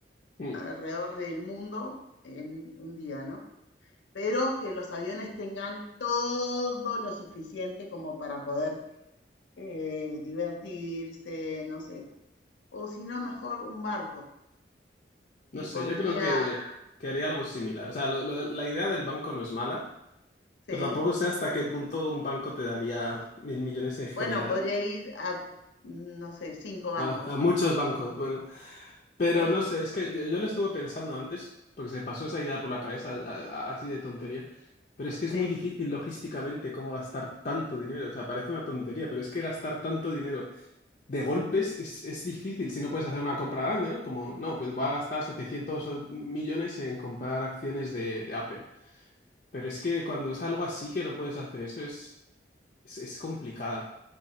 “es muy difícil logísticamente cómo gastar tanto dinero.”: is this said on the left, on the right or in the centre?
Left